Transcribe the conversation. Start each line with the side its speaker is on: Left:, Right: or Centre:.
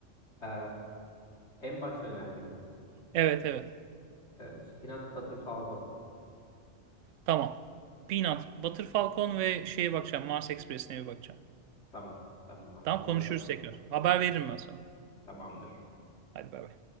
Left: E, en başta önerdiğim mi?
Right: Evet evet.
Left: E, Peanut Butter Falcon.
Right: Tamam. Peanut, Butter Falcon ve şeye bakacağım. Mars Express'ine bir bakacağım.
Left: Tamam. Tamam abi.
Right: Tamam
Left: Onlara
Right: konuşuruz
Left: bak.
Right: tekrar. Haber veririm ben sana.
Left: Tamamdır.
Right: Hadi bay bay.